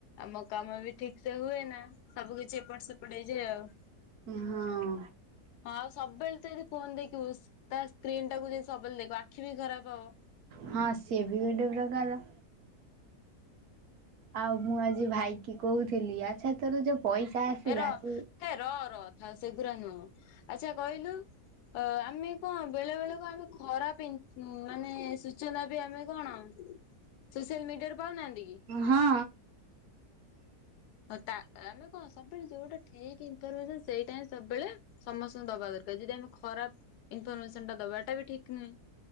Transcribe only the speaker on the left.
ଆମ କାମ ବି ଠିକ ସେ ହୁଏ ନା ସବୁ କିଛି ଏପଟ ସେପଟ ହେଇଯାଏ ଆଉ।
ହଁ ଆଉ ସବୁବେଳେ ତ ଯଦି ଫୋନ ଦେଖିବୁ ତା ସ୍କ୍ରିନ୍ ଟାକୁ ଯ ସବୁବେଳେ ଦେଖିବୁ ଆଖି ବି ଖରାପ ହବ।
ଏ ରହ
ଏ ରହ ରହ ଥାଉ ଆଉ ସେଗୁରା ନୁହଁ ଆଚ୍ଛା କହିଲୁ ଅ ଆମେ କଣ ବେଳେ ବେଳେ ବେଳେ ଆମେ ଖରା ପି ମାନେ ସୂଚନା ବି ଆମେ କଣ ସୋସିଆଲ ମିଡିଆରୁ ପାଉନାହାନ୍ତି କି?
ହଉ ତା ଆମେ କଣ ସବୁବେଳେ ଯୋଉଟା ଠିକ୍ ଇନଫରମେସନ୍ ସେଇଟା ହିଁ ସବୁବେଳେ ସମସ୍ତଙ୍କୁ ଦବା ଦରକାର। ଯଦି ଆମେ ଖରାପ ଇନଫରମେସନ୍ ଟା ଦବାଟା ବି ଠିକ୍ ନୁହେଁ।